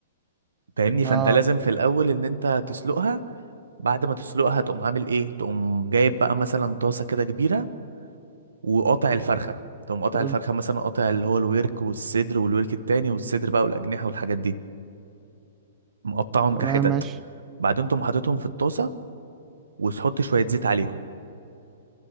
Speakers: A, on the right; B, on the right.
A: فاهمني فانت
B: اه
A: لازم في الاول ان انت تسلقها بعد ما تسلقها تقوم عامل ايه تقوم جايب بقى مثلا طاسه كده كبيره وقاطع الفرخه تقوم قاطع
B: حلو
A: الفرخه مثلا قاطع اللي هو الورك والصدر والورك التاني والصدر بقى والاجنحه والحاجات دي مقطعهم
B: تمام
A: كحتت
B: ماشي
A: بعدين تقوم حاططهم في الطاسه وتحط شويه زيت عليهم